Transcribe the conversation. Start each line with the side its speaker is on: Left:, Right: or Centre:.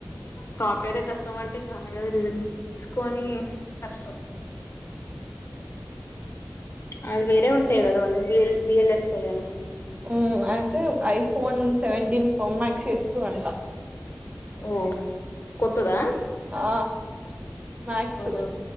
Left: సాఫ్ట్ వేరే కష్టం అంటే ఇంగ ఆడవేరు ఇదెంకు తీసుకొని కష్టం అది వేరే ఉంటాయ్ గదా వాళ్ళకి వీల్ వీఎల్ఎస్ఐ అని
Right: ఊ అయితే ఐఫోన్ సెవెంటీన్ ప్రో మ్యాక్స్ ఇస్తురంట
Left: ఓ కొత్తదా
Right: ఆ మ్యాక్సు
Left: ఓహో